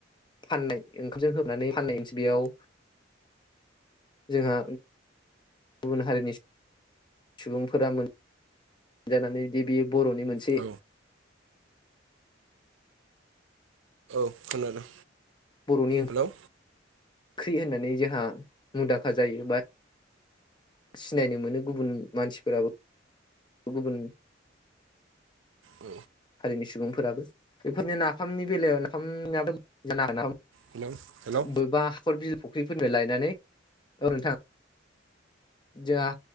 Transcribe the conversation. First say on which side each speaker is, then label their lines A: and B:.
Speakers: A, on the left; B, on the right.
A: फाननाय ओंखामजों होबनानै फाननायसै बेयाव जोंहा गुबुन हारिनि सुबुंफोरा जानानै बिदि बेयो बर'नि मोनसे
B: औ खोनादों।
A: बर'नि ओं
B: हेल'।
A: ख्रि होननानै जोंहा मुदाखा जायो बा सिनायनो मोनो गुबुन मानसिफोराबो गुबुन
B: औ
A: हारिनि सुबुंफोराबो बेफोरनिनो नाफामनि बेलायाव नाफामाबो <unintelligible>
B: हेलौ हेलौ
A: बबेबा हखर बिल फुख्रिफोरनो लायनानै औ नोंथां जोंहा